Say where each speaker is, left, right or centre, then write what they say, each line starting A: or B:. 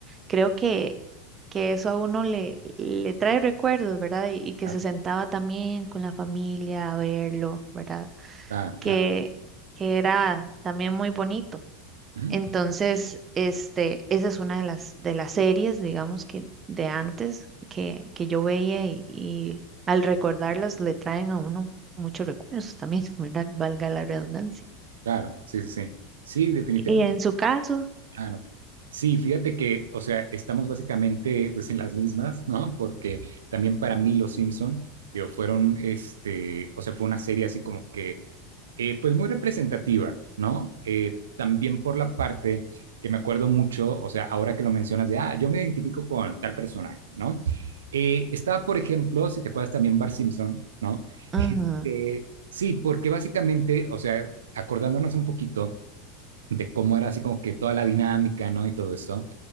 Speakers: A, on the right; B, on the right.
A: creo que, que eso a uno le, le trae recuerdos, ¿verdad? Y, y que
B: claro,
A: se sentaba también con la familia a verlo, ¿verdad?
B: claro,
A: Que,
B: claro.
A: que era también muy bonito.
B: Ujú,
A: Entonces, este, esa es una de las, de las series, digamos, que de antes que, que yo veía y, y al recordarlas le traen a uno muchos recuerdos también, <laughs> ¿verdad? Valga la redundancia.
B: claro, sí, sí, sí. Sí, definitivamente.
A: Y en su caso,
B: Claro. Sí, fíjate que, o sea, estamos básicamente pues en las mismas, ¿no? Porque también para mí Los Simpson, digo, fueron, este, o sea, fue una serie así como que, eh, pues muy representativa, ¿no? Eh, también por la parte que me acuerdo mucho, o sea, ahora que lo mencionas de, ah, yo me identifico con tal personaje, ¿no? Eh, estaba, por ejemplo, si te acuerdas también Bart Simpson, ¿no?
A: ujú,
B: <laughs> Este, sí, porque básicamente, o sea, acordándonos un poquito de cómo era así como que toda la dinámica, ¿no? Y todo esto.